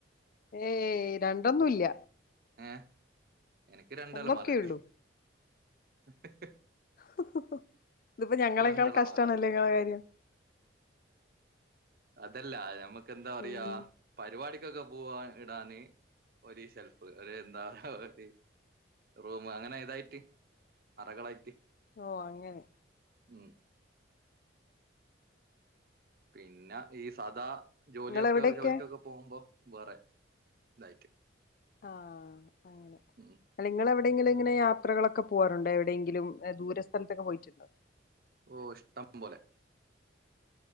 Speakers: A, on the left; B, on the right.
A: ഏയ് രണ്ടൊന്നൂല്ല
B: ആഹ് എനിക്ക് രണ്ടലമാറണ്ട്
A: ഒന്നൊക്കെയുള്ളൂ
B: ഹ്ഹ്ഹ്
A: <unintelligible> ഇതിപ്പോ ഞങ്ങളെക്കാൾ
B: രണ്ടലമാറുണ്ട്
A: കഷ്ടണല്ലൊ ങ്ങളെ കാര്യം
B: അതല്ല നമുക്ക് എന്താ പറയാ
A: ഉം
B: പരിപാടി ക്കെ പോകാൻ ഇടാന് ഒരു സെൽഫ് ഒരു എന്താ <unintelligible> പറ റൂമ് അങ്ങനെ ഇതായിട്ട് അറകളായിട്ട്
A: ഓ അങ്ങനെ
B: ഉം പിന്നെ ഈ സാദാ ജോലിയൊക്കെ
A: ഇങ്ങളെവിടെയൊക്കെ
B: ജോലിക്കൊക്കെ പോകുമ്പോ വേറെ ഇതായിട്ട്
A: ആഹ് അങ്ങനെ
B: ഉം
A: നിങ്ങൾ എവി എവിടെയെങ്കിലും ഇങ്ങനെ യാത്രകളൊക്കെ പോവാറുണ്ടോ എവിടെയങ്കിലും ദൂര സ്ഥലത്തൊക്കെ പോയിട്ടുണ്ടോ
B: ഓ ഇഷ്ടം പോലെ